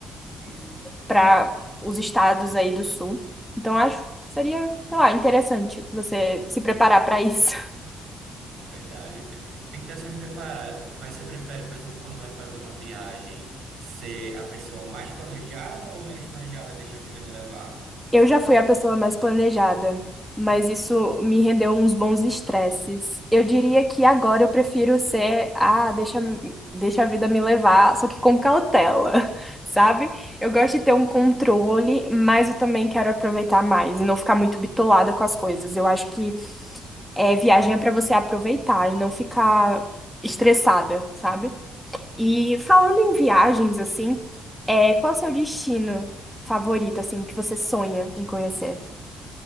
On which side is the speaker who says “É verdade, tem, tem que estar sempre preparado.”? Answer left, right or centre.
Right